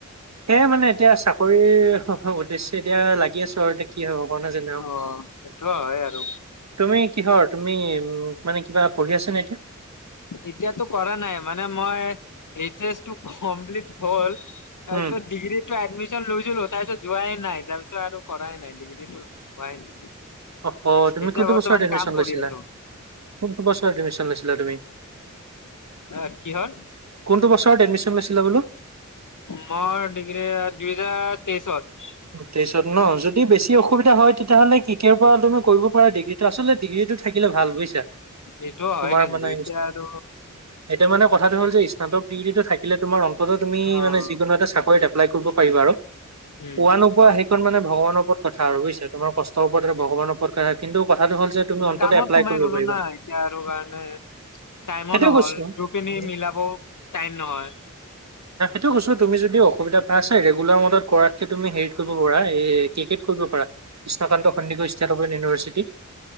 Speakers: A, on the right; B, on the left.
A: সেয়াই মানে। এতিয়া চাকৰি হ উদ্দেশ্যয় এতিয়া লাগি আছো আৰু এতিয়া কি হব কোৱা নাজানো
B: অ', সেইটো হয় আৰু
A: তুমি কিহৰ তুমি <unintelligible> উম মানে কিবা? পঢ়ি আছা নে এতিয়া
B: এতিয়াতো কৰা নাই মানে মই এইচ, এছ কমপ্লিট হ'ল। তাৰ
A: উম
B: ডিগ্ৰী <unintelligible> এডমিশ্যন লৈছিলো তাৰ পিছত যোৱাই নাই তাৰ পিছত আৰু কৰাই নাই ডিগ্ৰী হোৱাই নাই।
A: অহ অ', তুমি
B: এতিয়া
A: কোনটো
B: বৰ্তমান
A: বছৰত এডমিশ্যন
B: কাম কৰি
A: লৈছিলা?
B: আছো
A: কোনটো বছৰত এডমিশ্যন লৈছি <unintelligible> তুমি,
B: অ', কিহৰ
A: কোনটো বছৰত এডমিশ্যন লৈছিলা বোলো?
B: মোৰ ডিগ্ৰী পিজাৰ তেছত।
A: <inaudible> তেইছত ন? যদি বেছি অসুবিধা হয় তেতিয়াহ'লে কি কেৰ পৰা তুমি কৰিব পাৰা ডিগ্ৰী এটা <unintelligible> ডিগ্ৰীটো থাকিলে ভাল বুইচা?
B: এইটো হয়
A: তোমাৰ
B: কিন্তু
A: মানে,
B: এতিয়া আৰু
A: এতিয়া মানে কথাটো হ'ল যে স্নাতক ডিগ্ৰীটো থাক <unintelligible> তোমাৰ অন্তত তুমি
B: অ', উম,
A: মানে যিকোনো এটা চাকৰিত এপ্লাই কৰিব পাৰিবা আৰু।
B: এতিয়া
A: পোৱা নোপোৱা সেইকন মানে ভগৱানৰ ওপৰত কথা আৰু বুইচা, তোমাৰ কষ্টৰ ওপৰত ভগৱানৰ ওপৰত কথা কিন্তু কথাটো হ'ল যে তুমি অন্তত
B: কামত
A: এপ্লাই
B: সোমাই
A: কৰিব
B: গ'লো
A: পাৰিবা
B: না, এতিয়া আৰু কাৰণে টাইমো
A: সেইটোৱে
B: নহল,
A: কৈছো।
B: দুপিনি মিলাব টাইম নহয়।
A: সেইটোৱে কৈছো তুমি যদি অ অসুবিধা পাই আছা ৰেগুলাৰ মুডত কৰা চে তুমি হেৰিত কৰিব পাৰা, এই কেকেত কৰিব পাৰা, Krishnakanta Sandikoi state open university.